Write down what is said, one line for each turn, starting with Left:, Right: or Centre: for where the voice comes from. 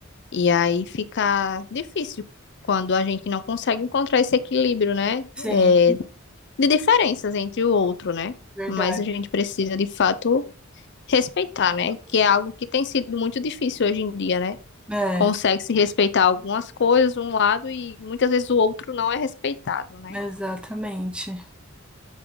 Left: E aí fica difícil quando a gente não consegue encontrar esse equilíbrio, né?
Centre: Sim,
Left: É, de diferenças entre o outro, né?
Centre: verdade.
Left: Mas a gente precisa, de fato, respeitar, né? Que é algo que tem sido muito difícil hoje em dia, né?
Centre: É,
Left: Consegue-se respeitar algumas coisas, um lado, e muitas vezes o outro não é respeitado, né?
Centre: exatamente.